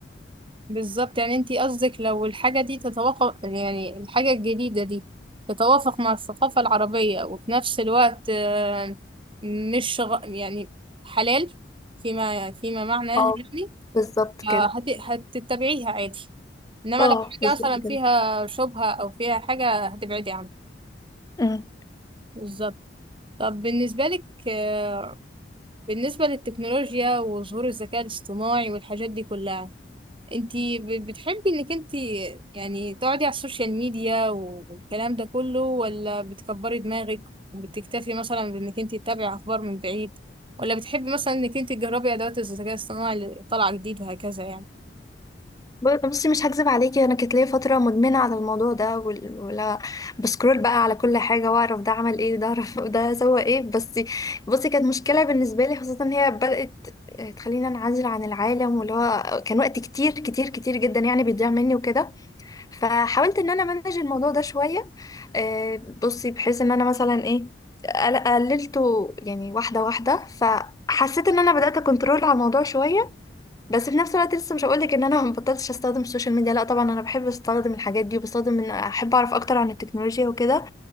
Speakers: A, on the right; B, on the left.
A: بالظبط يعني انتي قصدك لو الحاجة دي تتوافق يعني الحاجة الجديدة دي تتوافق مع الثقافة العربية وفي نفس الوقت آه، مش غ... يعني حلال فيما فيما معناه
B: اه
A: يعني
B: بالظبط
A: آه،
B: كده
A: هت... هتتبعيها عادي انما
B: اه
A: لو حاجة
B: بالظبط
A: مثلا فيها
B: كده
A: شبهة او فيها حاجة هتبعدي عنها
B: أمم.
A: بالظبط طب بالنسبة لك آه، بالنسبة للتكنولوجيا وظهور الذكاء الاصطناعي والحاجات دي كلها انتي ب- بتحبي انك انتي يعني تقعدي على السوشيال ميديا والكلام ده كله ولا بتكبري دماغك وبتكتفي مثلا بانك انتي تتابعي اخبار من بعيد ولا بتحبي مثلا انك انتي تجربي ادوات الذكاء الصناعي اللي طالعة جديد وهكذا يعني
B: ب- بصي مش هكذب عليكي انا كانت ليا فتره مدمنه على الموضوع ده وال- ولا بسكرول بقى على كل حاجه واعرف ده عمل ايه ده اعرف <laughs> ده سوى ايه بس بصي كانت مشكله بالنسبه لي خاصه ان هي بدات تخليني انعزل عن العالم واللي هو كان وقت كتير كتير كتير جدا يعني بيضيع مني وكده فحاولت ان انا امانج الموضوع ده شويه آه، بصي بحيث ان انا مثلا ايه قل- قللته يعني واحده واحده فحسيت ان انا بدات اكنترول على الموضوع شويه بس في نفس الوقت لسه مش هقولك ان انا ما بطلتش استخدم السوشيال ميديا لا طبعا انا بحب استخدم الحاجات دي وبستخدم ان احب اعرف اكتر عن التكنولوجيا وكده